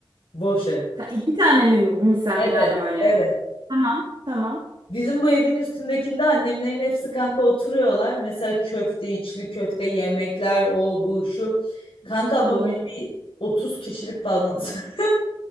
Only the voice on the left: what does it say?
boş ev.
Evet,
evet.
Bizim bu evin üstündekinde annemlerin hepsi kanka oturuyorlar. Mesela köfte, içli köfte, yemekler, o bu şu. Kanka ama
böyle bir 30 kişilik falan. <laughs>